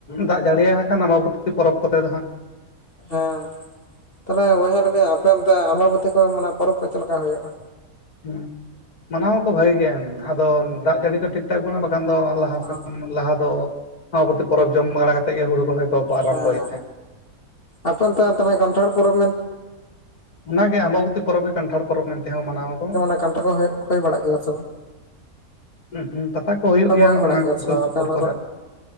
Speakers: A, on the left; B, on the left.
A: ᱫᱟᱜ ᱡᱟᱹᱲᱤᱭᱟᱭ ᱦᱟᱸᱜ ᱠᱷᱟᱱ ᱟᱢᱵᱟᱵᱚᱛᱤ ᱯᱚᱨᱚᱵᱽ ᱠᱚᱛᱮ ᱫᱚ ᱦᱟᱸᱜ᱾
B: ᱦᱮᱸ ᱛᱟᱦᱚᱞᱮ ᱛᱟᱦᱚᱞᱮ ᱵᱚᱭᱦᱟ ᱞᱟᱹᱭᱫᱟᱹᱧ ᱟᱯᱮ ᱚᱱᱛᱮ ᱟᱢᱵᱟᱵᱚᱛᱤ ᱠᱚ ᱢᱟᱱᱮ ᱯᱚᱨᱚᱵᱽ ᱠᱚ ᱪᱮᱫᱮ ᱞᱮᱠᱟ ᱦᱳᱭᱳᱜᱼᱟ᱾
A: ᱦᱩᱸ ᱢᱟᱱᱟᱣᱟᱠᱚ ᱵᱷᱟᱜᱤ ᱜᱮ ᱟᱫᱚ ᱫᱟᱜ ᱡᱟᱹᱲᱤ ᱠᱟᱹᱴᱤ ᱴᱮᱜᱮ ᱠᱷᱚᱱᱟᱜ ᱵᱟᱠᱷᱟᱱ ᱫᱚ ᱞᱟᱦᱟ
B: ᱦᱮᱸ
A: ᱥᱮᱱ ᱞᱟᱦᱟ ᱫᱚ ᱾ ᱟᱢᱵᱟᱵᱚᱛᱤ ᱯᱚᱨᱚᱵᱽ ᱡᱚᱢ ᱵᱟᱲᱟ ᱠᱟᱛᱮᱜ ᱜᱮ ᱦᱩᱲᱩ ᱨᱚᱦᱚᱭ ᱠᱚ ᱠᱚ ᱟᱨᱚᱢᱵᱚᱭᱮᱫ
B: ᱦᱮᱸ
A: ᱛᱟᱦᱮᱜ᱾
B: ᱟᱯᱮ ᱚᱱᱛᱮ ᱠᱟᱱᱴᱷᱟᱲ ᱯᱚᱨᱚᱵᱽ ᱢᱮᱱ
A: ᱚᱱᱟᱜᱮ ᱟᱢᱵᱟᱵᱚᱛᱤ ᱯᱚᱨᱚᱵᱽ ᱜᱮ ᱠᱟᱱᱴᱷᱟᱲ ᱯᱚᱨᱚᱵᱽ ᱢᱮᱱᱛᱮ ᱦᱚᱸ ᱢᱟᱱᱟᱣ ᱾
B: ᱫᱚ ᱚᱱᱮ ᱠᱟᱱᱴᱷᱟᱲ ᱠᱚᱜᱮ ᱦᱩᱭ ᱵᱟᱲᱟᱜ ᱜᱮᱭᱟ ᱥᱮ ᱵᱟᱝ?
A: ᱩᱸᱜ ᱩᱸ ᱯᱟᱛᱟ ᱠᱚ ᱦᱩᱭᱩᱜ ᱜᱮᱭᱟ
B: ᱦᱩᱭ ᱵᱟᱲᱟᱜ
A: ᱚᱱᱟ
B: ᱥᱮ
A: ᱥᱩᱨ
B: ᱵᱟᱝ
A: ᱥᱩᱯᱩᱨ
B: ᱟᱯᱮ ᱚᱱᱟ
A: ᱠᱚᱨᱮ